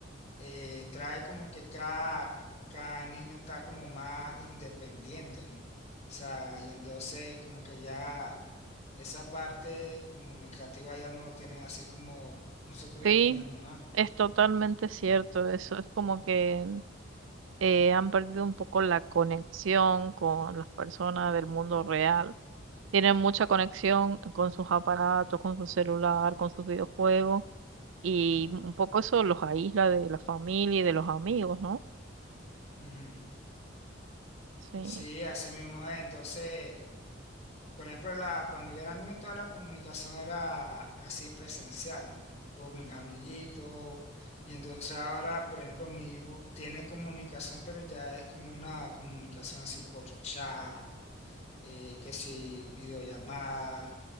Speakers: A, on the left (about 35°); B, on the right (about 80°).
A: eh, trae como que cada, cada niño está como más independiente, ¿no? O sea, y entonces como que ya esa parte comunicativa ya no lo tienen así como nosotros la
B: Sí,
A: teníamos antes.
B: es totalmente cierto eso. Es como que eh, han perdido un poco la conexión con las personas del mundo real. Tienen mucha conexión con sus aparatos, con su celular, con sus videojuegos y un poco eso los aísla de la familia y de los amigos, ¿no?
A: Ujú.
B: Sí,
A: Sí, así mismo es. Entonces... Por ejemplo, la, cuando yo era niño, toda la comunicación era así presencial, ¿no? Con mis amiguitos. Y entonces ahora, por ejemplo, mi hijo tiene comunicación, pero ya es como una comunicación así por chat, eh, que si videollamada,